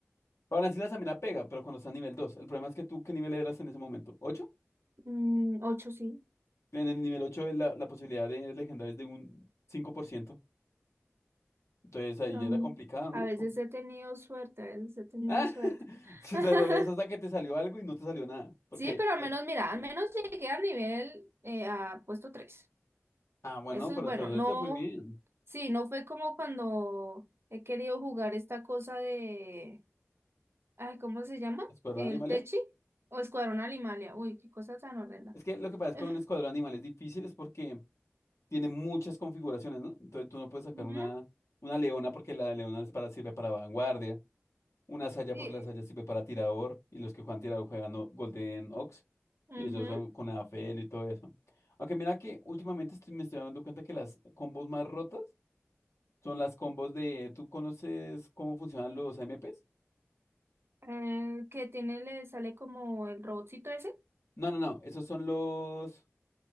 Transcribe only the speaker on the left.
Para así la Samina pega, pero cuando está a nivel dos El problema es que tú, ¿qué nivel eras en ese momento? ocho.
En el nivel 8 es la, la posibilidad de legendarios de un 5%. Entonces ahí
era
complicado, ¿no?
Como-
Ah,
<laughs> si
te roleas hasta que te salió algo y no te salió nada. Porque,
eh,
ah, bueno,
pero
te,
te fue bien.
Escuadrón
Animal.
Es que lo que pasa es
que un escuadrón animal es difícil es porque tiene muchas configuraciones, ¿no? Entonces tú no puedes sacar
una, una leona porque la leona es para, sirve para vanguardia. Una saya
porque la saya sirve para tirador. Y los que juegan tirador juegan o- Golden Ox.
Y ellos son con Afel y todo eso. Aunque mira que últimamente estoy- me estoy dando cuenta que las combos más rotas Son las combos de... ¿Tú conoces cómo funcionan los AMPs?
No, no, no. Esos son los...